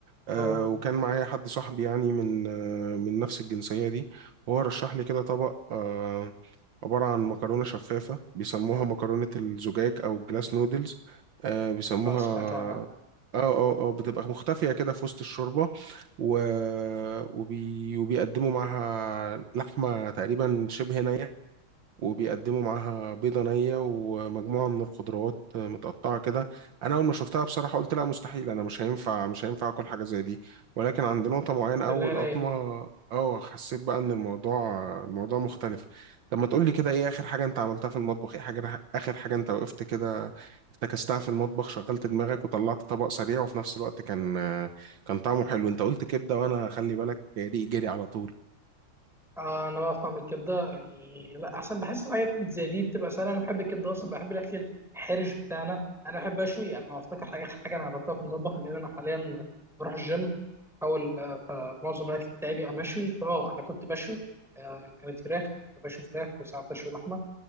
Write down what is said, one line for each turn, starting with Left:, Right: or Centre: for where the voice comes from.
Right: أه
Centre: اه
Right: وكان معايا حد صاحبي يعني من آه، من نفس الجنسية دي وهو رشح لي كده طبق أه عبارة عن مكرونة شفافة بيسموها مكرونة الزجاج أو الجلاس نودلز آه بيسموها
Centre: آه، سمعت عنها
Right: اه اه اه بتبقى مختفية كده في وسط الشوربة و... وبي... وبيقدموا معاها لحمة تقريبا شبه نية وبيقدموا معاها بيضة نية ومجموعة من الخضروات متقطعة كده أنا أول ما شفتها بصراحة قلت لا مستحيل أنا مش هينفع مش هينفع آكل حاجة زي دي ولكن عند نقطة معينة
Centre: قلت
Right: أول
Centre: اللي هي ناي
Right: قطمة أه حسيت بقى إن الموضوع الموضوع مختلف طب ما تقول لي كده إيه آخر حاجة أنت عملتها في المطبخ إيه حاجة آخر حاجة أنت وقفت كده افتكستها في المطبخ شغلت دماغك وطلعت طبق سريع وفي نفس الوقت كان كان طعمه حلو أنت قلت كبدة وأنا خلي بالك ريقي جري على طول
Centre: آه انا بفهم الكبده يعني لا احسن بحس الحاجات زي دي بتبقى سهله انا بحب الكبده اصلا بحب الاكل الحرش بتاعنا انا بحب اشوي يعني انا افتكر حاجه اخر حاجه انا عملتها في المطبخ لان انا حاليا بروح الجيم بحاول آه، فمعظم الاكل بتاعي بيبقى مشوي فاه انا كنت بشوي آه كانت فراخ كنت بشوي فراخ وساعات بشوي لحمه